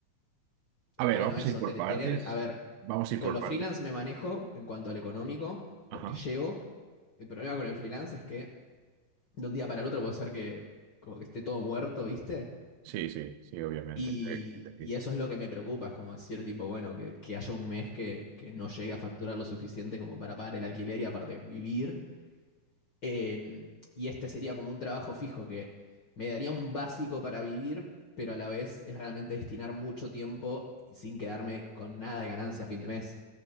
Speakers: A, on the right; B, on the left.
A: A ver,
B: bueno,
A: vamos
B: eso,
A: a ir por
B: te-
A: partes.
B: tener, a ver,
A: Vamos a ir
B: con
A: por
B: los
A: partes.
B: freelance me manejo en cuanto al económico,
A: Ajá.
B: porque llego. El problema con el freelance es que de un día para el otro puede ser que como que esté todo muerto, ¿viste?
A: Sí, sí, sí, obviamente.
B: Y,
A: Sí, es decir.
B: y eso es lo que me preocupa, es como decir, tipo, bueno, que, que haya un mes que, que no llegue a facturar lo suficiente como para pagar el alquiler y aparte vivir. Eh, y este sería como un trabajo fijo que me daría un básico para vivir, pero a la vez es realmente destinar mucho tiempo sin quedarme con nada de ganancia a fin de mes.